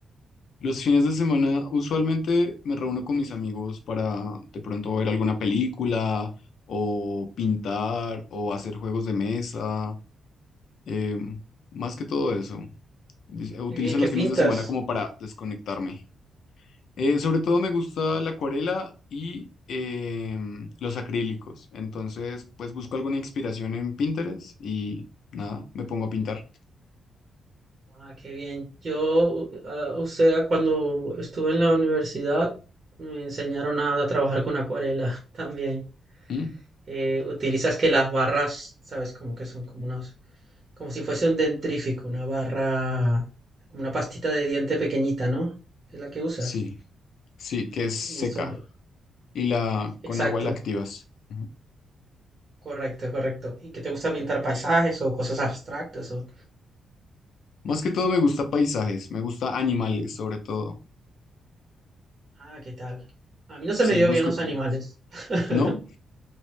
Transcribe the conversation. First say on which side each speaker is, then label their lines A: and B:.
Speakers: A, on the left (about 60°); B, on the right (about 35°).
A: Los fines de semana usualmente me reúno con mis amigos para de pronto ver alguna película o pintar o hacer juegos de mesa Eh, más que todo eso, dis- utilizo
B: qué bien,
A: los
B: qué pintas.
A: fines de semana como para desconectarme. Eh, sobre todo me gusta la acuarela y em, los acrílicos. Entonces, pues busco alguna inspiración en Pinterest y nada, me pongo a pintar.
B: Ah, qué bien. Yo, ah, o sea, cuando estuve en la universidad, me enseñaron a, a trabajar con acuarela <laughs> también.
A: Mm,
B: Eh, utilizas que las barras, sabes, como que son como unos como si fuese un dentrífico, una barra, como una pastita de diente pequeñita, ¿no? Es la que usas.
A: Sí, sí, que es
B: Y
A: seca
B: solo.
A: y la con
B: Exacto,
A: agua la activas. Ujú.
B: correcto, correcto. ¿Y que te gusta pintar paisajes o cosas abstractas? O...
A: Más que todo me gusta paisajes, me gusta animales sobre todo.
B: Ah, ¿qué tal? A mí no se
A: Sí,
B: me dio
A: busco
B: bien los
A: co-
B: animales. <laughs>
A: ¿No?